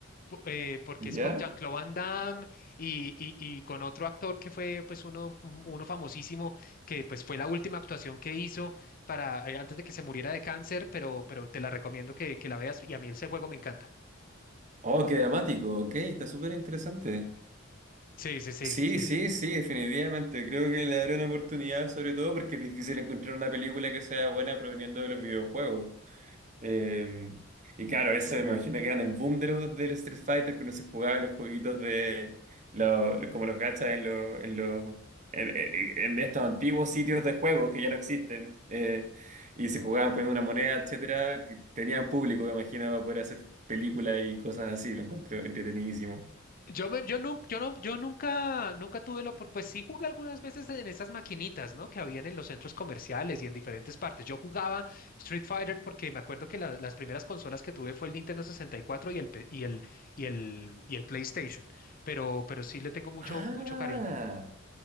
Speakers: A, on the left; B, on the right.
A: po- eh, porque
B: ¿Ya?
A: es con Jean-Claude Van Damme y, y- y con otro actor que fue pues uno, uno famosísimo, que pues fue la última actuación que hizo para, eh, antes de que se muriera de cáncer, pero, pero te la recomiendo que, que la veas y a mí ese juego me encanta.
B: Oh, qué dramático, ok, está súper interesante.
A: Sí, sí, sí,
B: Sí,
A: sí.
B: sí, sí, definitivamente. Creo que le daré una oportunidad, sobre todo porque es difícil encontrar una película que sea buena proveniendo de los videojuegos. Eh, y claro, eso me imagino que eran el boom de los, del Street Fighter, cuando se jugaban los jueguitos de los, como los gachas en los, en los en, en- en estos antiguos sitios de juego que ya no existen. Eh, y se jugaban poniendo una moneda, etcétera, que tenían público, me imagino, para poder hacer películas y cosas así. Lo encuentro entretenidísimo.
A: Yo, me, yo, nu- yo, no, yo nunca, nunca tuve la oportunidad, pues sí jugué algunas veces en esas maquinitas, ¿no? Que habían en los centros comerciales y en diferentes partes. Yo jugaba Street Fighter porque me acuerdo que la- las primeras consolas que tuve fue el Nintendo 64 y cuatro y el, pe- y el, y el, y el PlayStation, pero, pero sí le tengo mucho,
B: Ah,
A: mucho cariño.